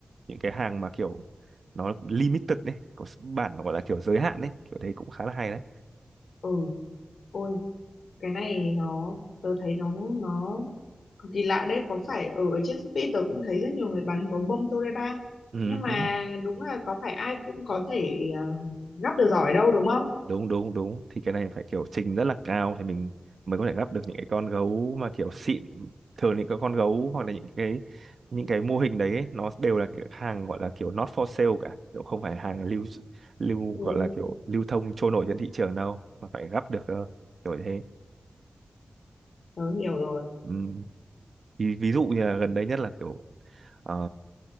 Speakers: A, on the right; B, on the left.
A: những cái hàng mà kiểu nó limited ấy, có s- bản gọi là kiểu giới hạn ấy, kiểu đấy cũng khá là hay đấy.
B: ừ. Ôi, cái này nó, tớ thấy nó, nó cực kỳ lạ đấy. Có phải ở, ở trên Shopee tớ cũng thấy rất nhiều người bán gấu bông Toreba.
A: Ừ.
B: Nhưng mà đúng là có phải ai cũng có thể ờ, gắp được giỏi đâu đúng không?
A: đúng đúng đúng thì cái này phải kiểu trình rất là cao thì mình mới có thể gắp được những cái con gấu mà kiểu xịn thường những cái con gấu hoặc là những cái những cái mô hình đấy ấy, nó đều là kiểu hàng gọi là kiểu not for sale cả kiểu không phải hàng lưu lưu
B: Ừ.
A: gọi là kiểu lưu thông trôi nổi trên thị trường đâu mà phải gắp được cơ kiểu thế
B: Tớ hiểu rồi.
A: Ừm, ví, ví dụ như là gần đây nhất là kiểu ờ,